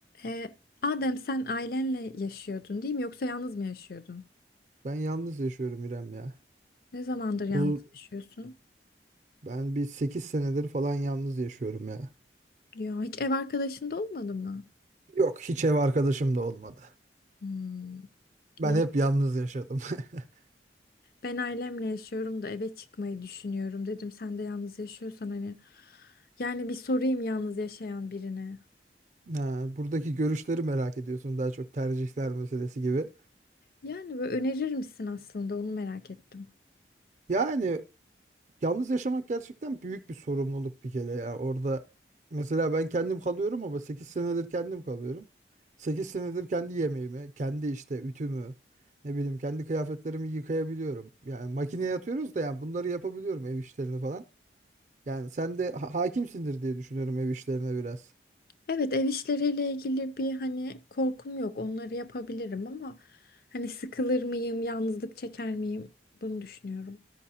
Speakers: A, on the left; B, on the right.
A: Ee, Adem sen ailenle yaşıyordun değil mi? Yoksa yalnız mı yaşıyordun?
B: Ben yalnız yaşıyorum İrem ya.
A: Ne zamandır yalnız
B: Bu
A: yaşıyorsun?
B: ben bir 8 senedir falan yalnız yaşıyorum ya.
A: Ya hiç ev arkadaşın da olmadı mı?
B: Yok hiç ev arkadaşım da olmadı.
A: Hmm.
B: Ben
A: Bile
B: hep yalnız yaşadım. <laughs>
A: ben ailemle yaşıyorum da eve çıkmayı düşünüyorum dedim. Sen de yalnız yaşıyorsan hani yani bir sorayım yalnız yaşayan birine.
B: Ha, buradaki görüşleri merak ediyorsun daha çok tercihler meselesi gibi.
A: Yani böyle önerir misin aslında onu merak ettim.
B: Yani Yalnız yaşamak gerçekten büyük bir sorumluluk bir kere ya. Orada mesela ben kendim kalıyorum ama 8 senedir kendim kalıyorum. sekiz senedir kendi yemeğimi, kendi işte ütümü, ne bileyim kendi kıyafetlerimi yıkayabiliyorum. Yani makineye atıyoruz da yani bunları yapabiliyorum ev işlerini falan. Yani sen de ha- hakimsindir diye düşünüyorum ev işlerine biraz.
A: Evet ev işleriyle ilgili bir hani korkum yok. Onları yapabilirim ama hani sıkılır mıyım, yalnızlık çeker miyim? Bunu düşünüyorum.